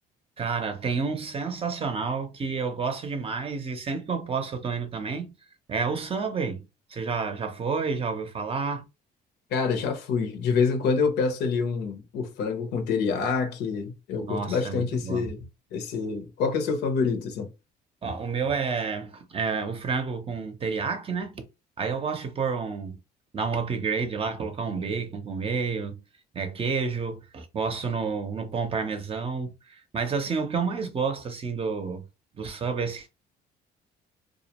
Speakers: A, on the right; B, on the left.
A: Cara, tem um sensacional que eu gosto demais e sempre que eu posso eu tô indo também. É o Subway. Você já, já foi? Já ouviu falar?
B: Cara, já fui. De vez em quando eu peço ali um, o frango com teriyaki. Eu
A: Nossa,
B: curto bastante
A: é muito
B: esse,
A: bom.
B: esse. Qual que é o seu favorito, assim?
A: Ó, o meu é, é o frango com teriyaki, né? Aí eu gosto de pôr um, dar um upgrade lá, colocar um bacon por meio, é, queijo, gosto no, no pão parmesão. Mas assim, o que eu mais gosto assim do, do Subway assim,